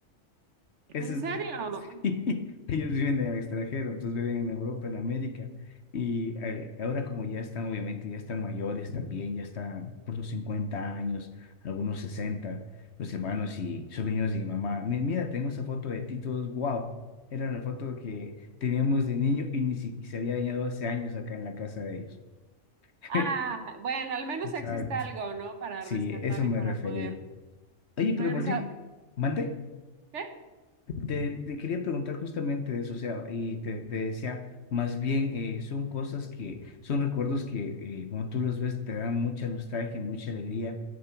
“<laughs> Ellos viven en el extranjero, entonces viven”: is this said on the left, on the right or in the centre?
Left